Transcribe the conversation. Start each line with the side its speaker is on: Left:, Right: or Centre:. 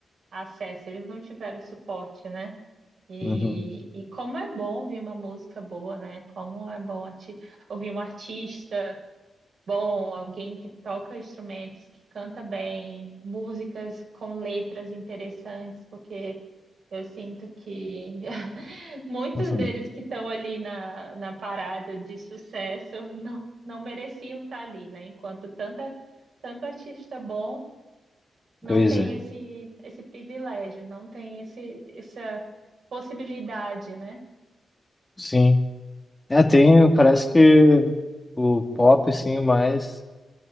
Right: acesso, eles não tiveram suporte, né? E,
Left: Uhum,
Right: e como é bom ouvir uma música boa, né? Como é bom arti ouvir um artista bom, alguém que toca instrumentos, que canta bem, músicas com letras interessantes, porque eu sinto que <laughs> muitos
Left: uhum.
Right: deles que estão ali na, na parada de sucesso <laughs> não, não mereciam estar ali, né? Enquanto tanta, tanto artista bom não
Left: Pois
Right: tem
Left: é,
Right: esse, esse privilégio, não tem esse, essa possibilidade, né?
Left: sim. É, tem, parece que o pop, assim, mais